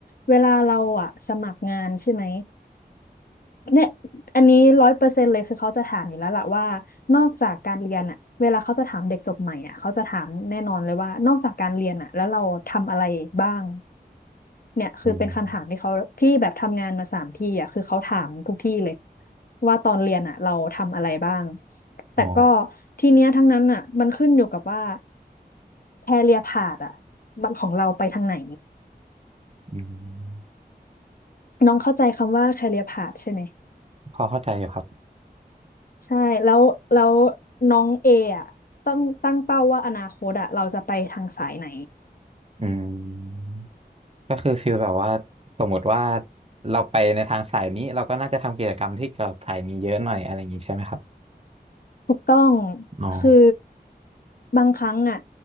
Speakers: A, on the left; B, on the right.
A: เวลาเราอ่ะสมัครงานใช่ไหม เนี่ยอันนี้ร้อยเปอร์เซ็นต์เลยคือเขาจะถามอยู่แล้วล่ะว่า นอกจากการเรียนอะเวลาเขาจะถามเด็กจบใหม่อะเขาจะถามแน่นอนเลยว่า นอกจากการเรียนอะแล้วเราทำอะไรบ้างเนี่ยคือเป็นคำถามที่เขาพี่แบบทำงานมาสามที่อะคือเขาถามทุกที่เลย
B: อืม
A: ว่าตอนเรียนอะเราทำอะไรบ้าง แต่ก็
B: อ๋อ
A: ทีเนี้ยทั้งนั้นอะมันขึ้นอยู่กับว่าแคเรียร์พาธอะบันของเราไปทางไหน
B: อืม
A: น้องเข้าใจคำว่าแ a เรียพาใช่ไหม
B: พอเข้าใจอยู่ครับ
A: ใช่แล้วแล้วน้องเออ่ะต้องตั้งเป้าว่าอนาคตอ่ะเราจะไปทางสายไหน
B: อืมก็คือฟีลแบบว่าสมมติว่าเราไปในทางสายนี้เราก็น่าจะทำกิจกรรมที่เกี่ยวกับสายนี้เยอะหน่อยอะไรอย่างนี้ใช่ไหมครับ
A: ถูกต้อง
B: อ๋อ
A: คือบางครั้งอ่ะ